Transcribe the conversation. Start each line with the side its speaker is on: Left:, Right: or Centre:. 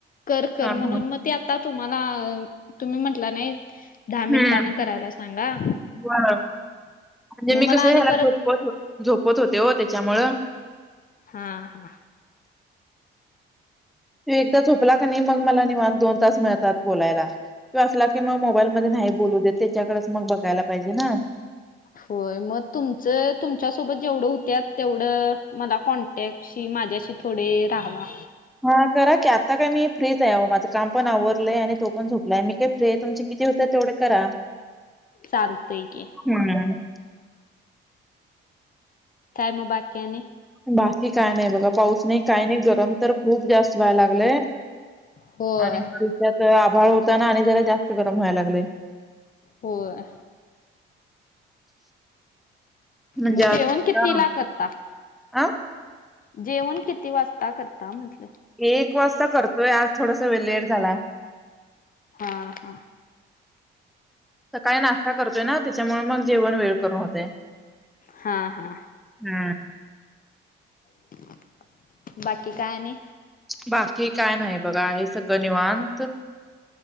Left: कर कर
Centre: हं,
Left: म्हणून
Centre: हं.
Left: मग ते आता तुम्हांला तुम्ही म्हटला नाही दहा मिनिटानं
Centre: हुं
Left: करायला सांगा
Centre: बर म्हणजे
Left: मग
Centre: मी
Left: मला
Centre: कसं
Left: आणि
Centre: ह्याला
Left: परत
Centre: झोपवत होते झोपवत होते हो त्याच्यामुळं
Left: हा हा
Centre: ह्यो एकदा झोपला का नाही मग मला निवांत दोन तास मिळतात बोलायला त्यो असला की मग मोबाईल मध्ये नाही बोलू देत त्याच्याकडेच मग बघायला पाहिजे ना.
Left: होय मग तुमचं तुमच्यासोबत जेवढं होत्यात तेवढं मला कॉन टॅक्ट्शी माझ्याशी थोडे राहावा
Centre: हा करा की आता काय मी फ्रीच आहे माझं काम पण आवरलंय आणि तो पण झोपलाय मी फ्री तुमचे किती होतेत तेवढं करा
Left: चालतंय की
Centre: हम्म
Left: काय म बाकी आणि
Centre: बाकी काय नाही बघा पाऊस नाही काही नाही गरम तर खूप जास्त व्हायला लागलंय
Left: होय
Centre: आणि त्यात आभाळ होतं ना आणि जरा जास्त गरम व्हायला लागलंय
Left: होय
Centre: म्हणजे
Left: मग
Centre: आज
Left: जेवण किती
Centre: हां,
Left: ला करता
Centre: आ
Left: जेवण किती वाजता करता म्हटलं
Centre: एक वाजता करतोय आज थोडासा वे लेट झाला
Left: हा हा
Centre: सकाळी नाश्ता करतोय ना त्याच्यामुळे मग जेवण वेळ करून होतंय
Left: हा हा
Centre: हम्म
Left: <unintelligible> बाकी काय आणि
Centre: बाकी काय नाही बघा आहे सगळं निवांत